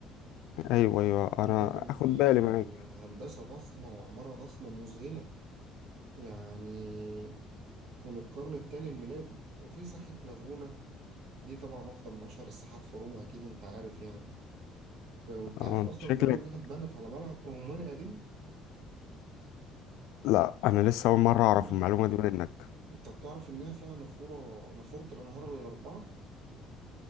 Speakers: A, on the left (about 80°); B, on the right (about 65°).
A: ايوه ايوه
B: طبعا
A: انا
B: ده كان فيه
A: اخد بالي معاك
B: هندسة ضخمة وعمارة ضخمة مذهلة يعني من القرن الثاني الميلادي وفي ساحة نافونا دي طبعا واحدة من أشهر الساحات في روما أكيد أنت عارف يعني وأنت
A: اه
B: عارف
A: انت
B: أصلا
A: شكلك
B: كمان إنها اتبنت على ملعب روماني قديم
A: لا انا لسه اول مره اعرف
B: <clears throat>
A: المعلومه دي منك
B: أنت بتعرف إنها فيها نافورة نافورة الأنهار الأربعة